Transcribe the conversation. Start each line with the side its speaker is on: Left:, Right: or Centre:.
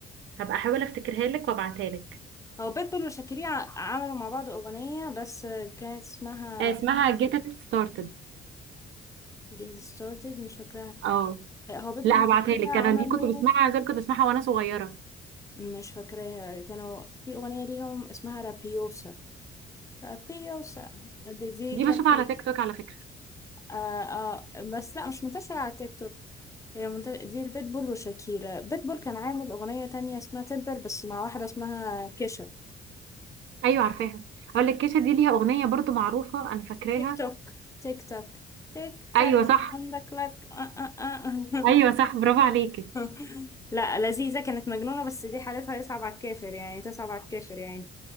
Right: هبقى احاول افتكرها لك وابعتها لك
Left: هو بيتبول وشاكيرا ع- عملوا مع بعض أغنية بس كانت اسمها
Right: آه، اسمها get it started
Left: get started مش فاكراها
Right: اه
Left: آه، هو بيتبول
Right: لا
Left: وشاكيرا
Right: هبعتها لك
Left: عملوا
Right: انا دي كنت بسمعها زي ما كنت بسمعها وانا صغيره
Left: مش فاكراها كانوا في أغنية ليهم اسمها رابيوسا رابيوسا دي, دي
Right: دي
Left: كانت
Right: بشوفها على تيك توك على فكره
Left: آه آه بس لا مش منتشرة على تيك توك هي منت- دي البيتبول وشاكيرا بيتبول كان عامل أغنية تانية اسمها تمبر بس مع واحدة اسمها كيشا
Right: ايوه عارفاها اقول لك كيشة دي ليها اغنيه برضو معروفه انا فاكراها
Left: تيك توك تيك توك تيك تاك
Right: ايوه صح
Left: عندك لك آه آه آه.
Right: ايوه صح برافو عليكي
Left: <laughs> لا لذيذة كانت مجنونة بس دي حالتها يصعب على الكافر يعني تصعب على الكافر يعني